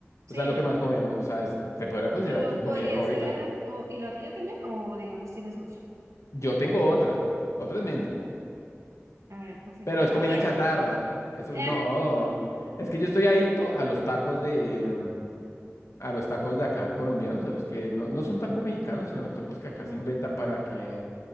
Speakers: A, on the right; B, on the left.
A: Sí,
B: O sea, lo que más comemos, o sea, es- ¿te podría considerar
A: pero
B: tu comida
A: podría
B: favorita?
A: ser, o, ¿y la tuya también? O digamos, tienes otra.
B: Yo tengo otra, otra en mente,
A: A ver, ¿cuál sería?
B: pero
A: Un
B: es comida
A: ajiaco.
B: chatarra. Eso
A: Ah,
B: no, es que yo estoy adicto a los tacos de, a los tacos de acá colombianos, a los que no, no son tacos mexicanos, sino los tacos
A: <laughs>
B: que acá
A: no.
B: se inventan para que